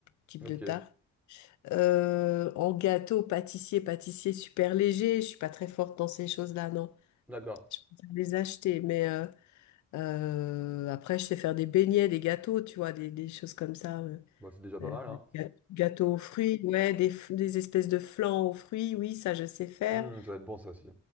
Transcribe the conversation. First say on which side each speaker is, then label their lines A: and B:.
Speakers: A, on the left; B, in the centre.
A: type
B: Ok.
A: de tarte. Euh, en gâteau, pâtissier, pâtissier super léger, je suis pas très forte dans ces choses-là, non.
B: D'accord.
A: Je peux les acheter, mais euh, Euh, après, je sais faire des beignets, des gâteaux, tu vois, des, des choses comme ça. euh,
B: Bah, c'est déjà pas
A: euh,
B: mal, hein.
A: ga- gâteaux aux fruits, ouais, des, f- des espèces de flans aux fruits, oui, ça, je sais faire.
B: Hmm, ça va être bon, ça aussi.